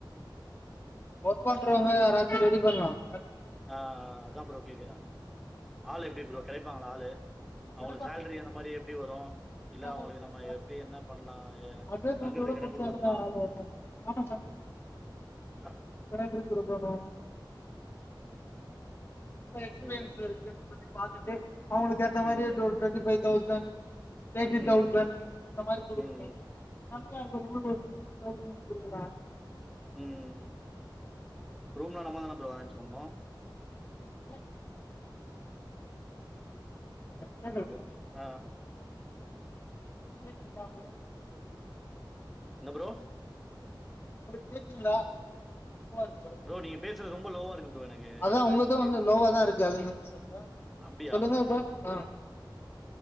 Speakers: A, on the left; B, in the centre.
A: ஒர்க் பண்றவுங்க யாராச்சும் ரெடி பண்லாம்
B: ஆஹ் அதாம் ப்ரோ கேக்குறேன் ஆளு எப்டி ப்ரோ கிடைப்பாங்களா ஆளு <inaudible> அவங்களுக்கு
A: கிடைப்பாங்க
B: சேலரி அந்த மாதிரி எப்படி வரும் இல்ல
A: எல்லா
B: அவங்களுக்கு
A: பேருக்கும்
B: நம்ம
A: இந்த மாதிரி
B: எப்படி என்ன பண்ணலாம்
A: அட்ரஸ்
B: தங்குறதுக்கு
A: மட்டும்
B: இடம்
A: கொடுத்தாலுங்க
B: குடுக்கணுமா
A: ஆள் வரும் ஆமாம் சார்
B: ஹ
A: சிலிண்ட்ரு <inaudible> எக்ஸ்பீரியன்ஸ்
B: ம்,
A: இருக்குன்னு சொல்லி பாத்துட்டு அவுங்களுக்கு
B: ம்,
A: <unintelligible> பைய் தௌசண்ட் தேட்டி
B: ம், ம்,
A: தௌசண்ட் அந்த மாரி கொடுக்குங்க
B: ம்,
A: கம்மியா இருக்கவுங்களுக்கு ஃபிப்டி தெளசண்ட் குடுக்கலாம்
B: உம் ரூம்ல நம்ம தான் ப்ரோ அரேஞ் பணும்
A: <unintelligible> கேட்கல
B: ஓகே ஆஹ்
A: கேக்குதா உங்களுக்கு
B: என்ன ப்ரோ
A: உனக்கு கேக்குதுங்களா ஓகே
B: ப்ரோ நீங்க ரொம்ப லோவா இருக்கு ப்ரோ எனக்கு
A: அதான்
B: நீங்க
A: உங்கதும்
B: பேசுறது கேட்க
A: வந்து
B: மாட்டேங்குது
A: லோவாதான் இருக்கு அதுன்னு சொல்றேன்
B: அப்படியா
A: சொல்லுங்க இப்ப ஆஹ்